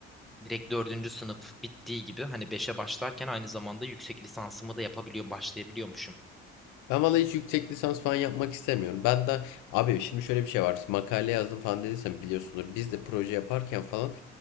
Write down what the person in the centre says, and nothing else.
Direkt dördüncü sınıf bittiği gibi hani beşe başlarken aynı zamanda yüksek lisansımı da yapabiliyorum, başlayabiliyormuşum.